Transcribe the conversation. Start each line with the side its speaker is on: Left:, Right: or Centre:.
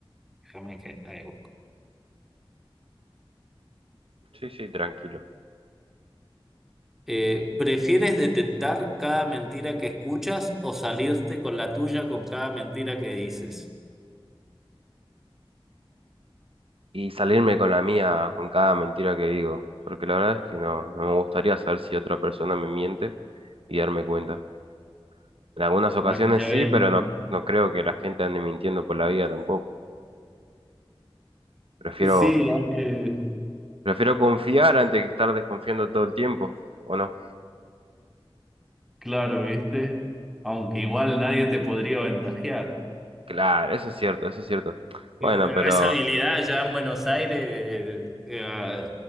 Centre: Déjame que ahí busco.
Right: Sí, sí, tranquilo.
Centre: Eh, ¿prefieres detectar cada mentira que escuchas o salirte con la tuya con cada mentira que dices?
Right: y salirme con la mía, con cada mentira que digo, porque la verdad es que no, no me gustaría saber si otra persona me miente y darme cuenta. En algunas ocasiones
Centre: Maquiavélico.
Right: sí, pero no, no creo que la gente ande mintiendo por la vida tampoco. Prefiero,
Centre: Sí, aunque
Right: prefiero confiar antes que estar desconfiando todo el tiempo, ¿o no?
Centre: Claro, ¿viste? Aunque igual nadie te podría aventajear.
Right: Claro, eso es cierto, eso es cierto. Bueno,
Centre: Digo, eh,
Right: pero
Centre: Esa habilidad ya en Buenos Aires, eh, eh,